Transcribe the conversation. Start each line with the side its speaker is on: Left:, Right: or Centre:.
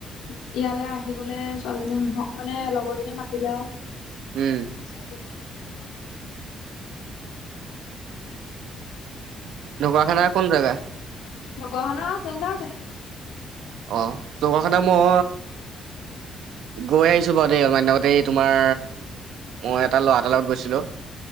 Left: ইয়ালে আহিবলে ছোৱালীজনী মানে লগৰ জনী মাতিলে আৰু
Right: উম
Left: গুচি আহিলো।
Right: ঢকুৱাখনাৰ কোন জেগা
Left: ঢকুৱাখনাৰ চেন্টাৰতে।
Right: অ ঢকুৱাখানাৰ মই গৈ আহিছো বাৰু দেই অলপমান দিন আগতে এই তোমাৰ মই এটা ল'ৰা এটা লগত গৈছিলো